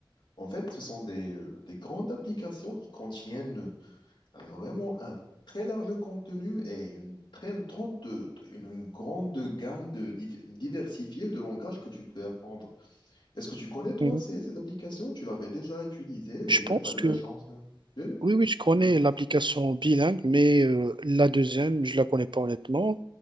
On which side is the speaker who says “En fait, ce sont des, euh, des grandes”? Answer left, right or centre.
Left